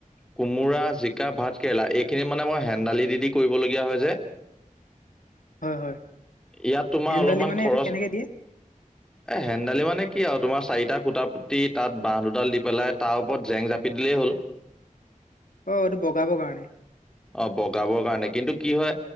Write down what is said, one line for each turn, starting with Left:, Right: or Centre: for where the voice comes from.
Centre: কোমোৰা জিকা ভাত কেৰেলা এইখিনি মানে মই হেন্দালি দি দি কৰিবলগীয়া হয় যে
Left: হয় হয়
Centre: ইয়াত তোমাৰ
Left: হেন্দালি
Centre: অলপমান
Left: মানে
Centre: খৰচ
Left: এইটো কেনেকে দিয়ে
Centre: এ হেন্দালি মানে কি আৰু তোমাৰ চাৰিটা খুটা পুতি তাত বাহ দুডাল দি পেলাই তাৰ ওপৰত জেং জ যাপি দিলেই হ'ল।
Left: অ', এইটো বগাবৰ কাৰণে
Centre: <inaudible> অ', বগাবৰ কাৰণে কিন্তু কি হয়